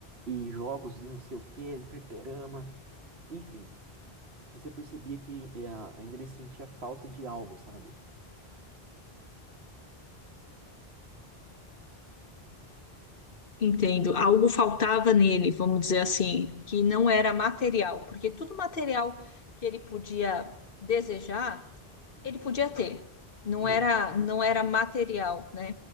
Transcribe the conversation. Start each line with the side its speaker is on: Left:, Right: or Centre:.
Right: e jogos e não sei o quê, fliperama, enfim. Aí você percebia que eh, a- ainda ele sentia falta de algo, sabe?
Left: entendo. Algo faltava nele, vamos dizer assim, que não era material, porque tudo material que ele podia desejar, ele podia ter. Não
Right: Ei,
Left: era, não era material, né?